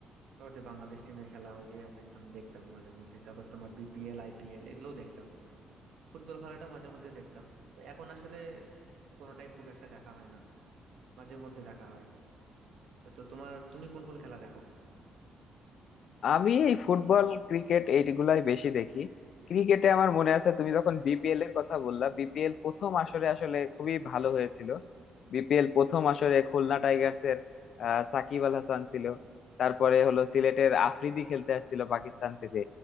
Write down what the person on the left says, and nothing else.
আমি এই ফুটবল ক্রিকেট এইগুলাই বেশি দেখি ক্রিকেটে আমার মনে আছে তুমি যখন বিপিএল এর কথা বললা বিপিএল প্রথম আসরে আসলে খুবই ভালো হয়েছিল বিপিএল প্রথম আসরে খুলনা টাইগার্স এর আহ, সাকিব আল হাসান ছিল তারপরে হলো সিলেটের আফ্রিদি খেলতে আসছিল পাকিস্তান থেকে